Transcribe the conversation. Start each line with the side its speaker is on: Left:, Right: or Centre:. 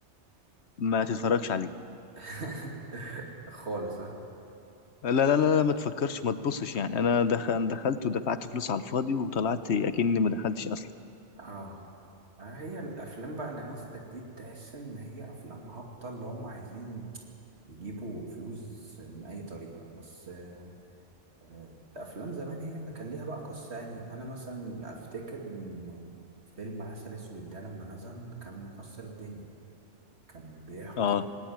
Left: ما تتفرجش عليه
Right: <laughs> خالص ها
Left: لا لا لا لا ما تفكرش ما تبصش يعني انا دخل دخلت ودفعت فلوس على الفاضي وطلعت اكني ما دخلتش اصلا
Right: اه آه، هي الافلام بقى اللي نازله جديد تحس ان هي افلام هابطه اللي هم عايزين يجيبوا فلوس من اي طريقه بس آه، آه، افلام زمان هي اللي كان ليها بقى قصه يعني انا مثلا افتكر ان فيلم عسل اسود ده لما نزل كان مكسر الدنيا كان بيحكي
Left: اه